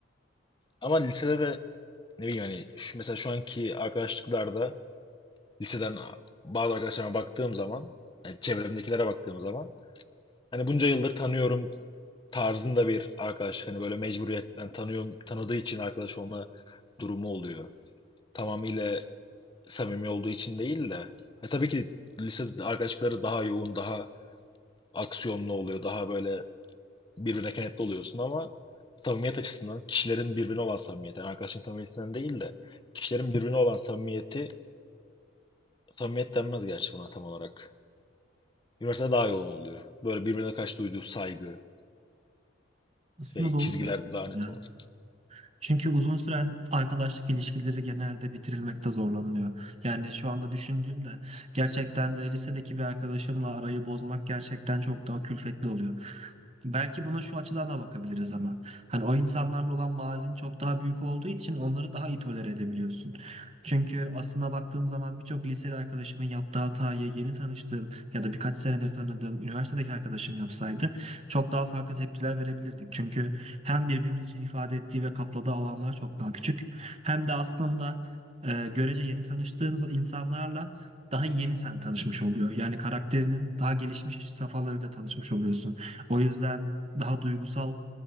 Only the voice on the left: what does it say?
Ama lisede de ne bileyim hani şu, mesela şu anki arkadaşlıklarda liseden bazı arkadaşlarıma baktığım zaman, yani çevremdekilere baktığım zaman hani bunca yıldır tanıyorum tarzında bir arkadaş hani böyle mecburiyetten tanıyorum tanıdığı için arkadaş olma durumu oluyor. Tamamıyla samimi olduğu için değil de. E tabii ki lise arkadaşlıkları daha yoğun, daha aksiyonlu oluyor, daha böyle birbirine kenetli oluyorsun ama samimiyet açısından kişilerin birbirine olan samimiyeti, yani arkadaşın samimiyetinden değil de kişilerin birbirine olan samimiyeti, samimiyet denmez gerçi buna tam olarak. Üniversitede daha yoğun oluyor. Böyle birbirine karşı duyduğu saygı,
şey,
çizgiler
daha net
oluyor.